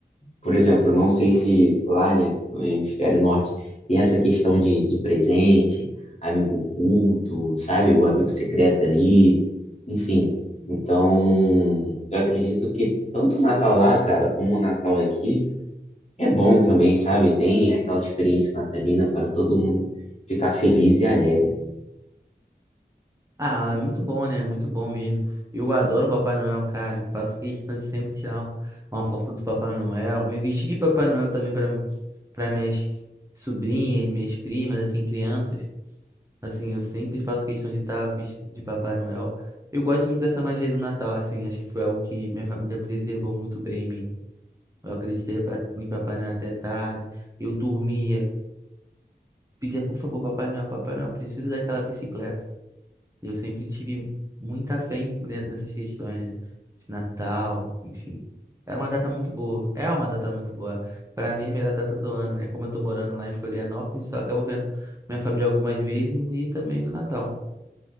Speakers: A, on the left; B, on the right.
A: por exemplo, eu não sei se lá, né, no hemisfério norte, tem essa questão de, de presente, amigo oculto, sabe? O amigo secreto ali, enfim. Então, eu acredito que tanto o Natal lá, cara, como o Natal aqui, é bom também, sabe? Tem aquela experiência natalina para todo mundo ficar feliz e alegre.
B: Ah, é muito bom, né? Muito bom mesmo. Eu adoro o Papai Noel, cara. Faço questão de sempre tirar uma foto do Papai Noel. Me vestir de Papai Noel também para para minhas sobrinhas, minhas primas, assim, crianças. Assim, eu sempre faço questão de estar vestido de Papai Noel. Eu gosto muito dessa magia do Natal, assim. Acho que foi algo que minha família preservou muito bem em mim. Eu acreditei pa- em Papai Noel até tarde. Eu dormia, pedia, por favor, Papai Noel, Papai Noel, eu preciso daquela bicicleta. Eu sempre tive muita fé em- ne- nessas questões, né? De Natal, enfim. Era uma data muito boa. É uma data muito boa. Para mim, é a melhor data do ano, né? Como eu tô morando lá em Florianópolis, só acabo vendo minha família algumas vezes e também no Natal.